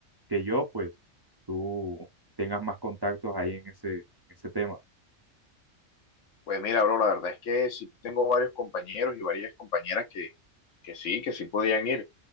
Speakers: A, on the right; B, on the left.
A: que yo, pues tú tengas más contactos ahí en ese, ese tema.
B: Pues mira, bro, la verdad es que sí tengo varios compañeros y varias compañeras que, que sí, que sí podían ir.